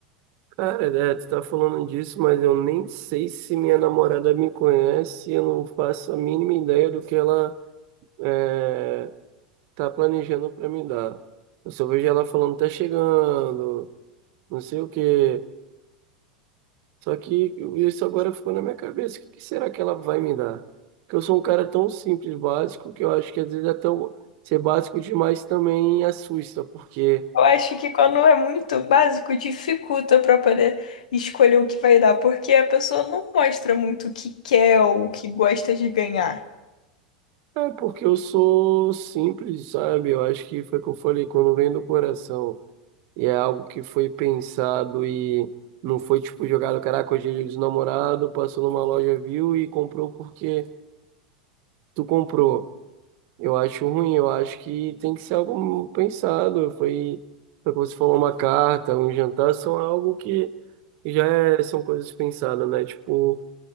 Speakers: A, on the right; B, on the left.
A: Cara, né, tu tá falando disso, mas eu nem sei se minha namorada me conhece, eu não faço a mínima ideia do que ela. é, tá planejando pra me dar. Eu só vejo ela falando, tá chegando, não sei o quê. Só que isso agora ficou na minha cabeça. O que que será que ela vai me dar? Porque eu sou um cara tão simples, básico, que eu acho que às vezes até eu ser básico demais também assusta, porque
B: Eu acho que quando é muito básico, dificulta para poder escolher o que vai dar, porque a pessoa não mostra muito o que quer ou o que gosta de ganhar.
A: é porque eu sou simples, sabe? Eu acho que foi o que eu falei, quando vem do coração e é algo que foi pensado e não foi tipo jogado, caraca, hoje é dia dos namorados, passou numa loja, viu e comprou porque tu comprou. Eu acho ruim, eu acho que tem que ser algo pensado. Foi, foi como você falou, uma carta, um jantar, são algo que já é- são coisas pensadas, né? Tipo,